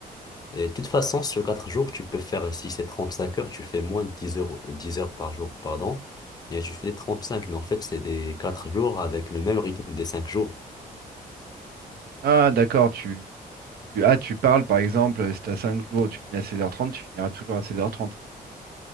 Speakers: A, on the left (about 25°); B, on the right (about 85°).
A: Et de toute façon, sur 4 jours, tu peux faire, euh, si c'est 35 heures, tu fais moins de 10 heures, 10 heures par jour, pardon. Et tu fais 35 mais en fait, c'est des 4 jours avec le même rythme des cinq jours.
B: Ah, d'accord, tu, tu- ah, tu parles par exemple, si tu as 5 jours, tu finis à seize heures trente, tu finiras toujours à seize heures trente.